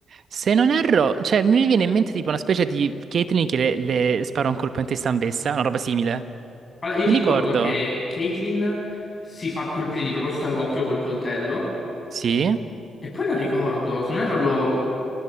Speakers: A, on the right (about 60°); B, on the left (about 45°).
A: Se non erro, cioè mi viene in mente tipo una specie di Caitlyn che le, le spara un colpo in testa ambessa, una roba simile.
B: Allora,
A: Non
B: io ricordo
A: mi ricordo.
B: che Caitlyn si fa colpire di proposito all'occhio col coltello
A: Sì.
B: e poi non ricordo, se non erro lo,